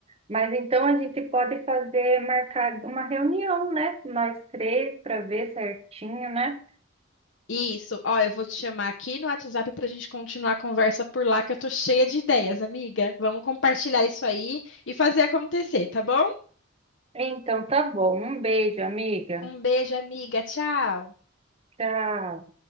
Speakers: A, on the right; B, on the left.
A: Mas então a gente pode fazer, marcar uma reunião, né? Nós três para ver certinho, né?
B: Isso, ó, eu vou te chamar aqui no WhatsApp pra gente continuar a conversa por lá, que eu tô cheia de ideias, amiga. Vamos compartilhar isso aí e fazer acontecer, tá bom?
A: Então tá bom. Um beijo, amiga.
B: Um beijo, amiga. Tchau.
A: Tchau.